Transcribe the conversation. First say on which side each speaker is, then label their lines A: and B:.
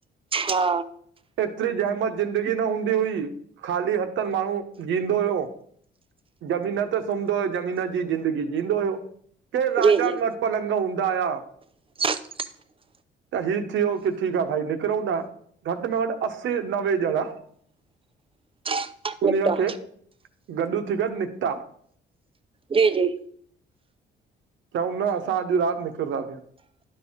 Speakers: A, on the right; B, on the right.
A: हा
B: एतिरी जहिमत ज़िंदगी न हूंदी हुई ख़ाली हथिनि माण्हू ॼिंयदो हुयो। ज़मीन त सुमंदो हुयो ज़मीन जी ज़िंदगी जींदो हुयो। के राजाउनि
A: जी जी
B: वटि पलंॻ हूंदा हुया।
A: <inaudible>
B: त ही थियो की ठीकु आ भाई निकिरूं ता, घटि में घटि असी नवे ञणा
A: <inaudible> निपटा
B: उन्हीय खे गॾु थी करे निकिता।
A: जी-जी
B: चयऊं न असां अॼु राति निकरंदासीं।